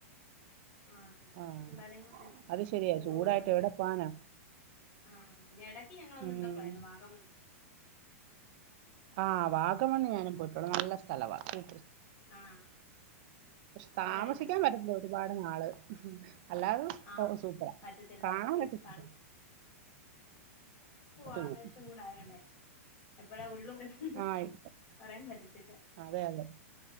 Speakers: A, on the left; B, on the right.
A: ആഹ്
B: ആഹ്
A: പിള്ളാരോം കൊണ്ട്.
B: അത് ശരിയാ
A: ചൂടോണ്ട്
B: ചൂടായിട്ട്
A: നമ്മക്ക്.
B: എവിടെ പോവാനാ
A: ആഹ് പിന്നെ എടക്ക് ഞങ്ങളൊന്ന്
B: ഉം
A: ഇവടെ പോയര്ന്ന്. വാഗമൺ.
B: ആഹ് വാഗമൺ ഞാനും പോയിട്ടൊണ്ട്. നല്ല സ്ഥല വാ. അതെ
A: ആഹ്
B: പശേ
A: അവിടെ
B: താമസിക്കാൻ
A: ഇടക്കൊന്ന് പോയായിരുന്നു
B: പറ്റത്തില്ലാ. ഒരുപാട് നാള്. അല്ലാതെ
A: ആഹ്
B: ഒക്കെ സൂപ്പറാ.
A: പറ്റത്തില്ല
B: കാണാ
A: ഈ
B: പറ്റത്തില്ല.
A: തണുപ്പ് പൂവാ.
B: പോവും
A: ലേശംകൂടെ ആയോണ്ടേ. എപ്പാഴാ ഉരുള് പൊട്ടുന്നേ
B: ആയ്ക്കൊ
A: പറയാൻ പറ്റത്തില്ല
B: അതെ അതെ.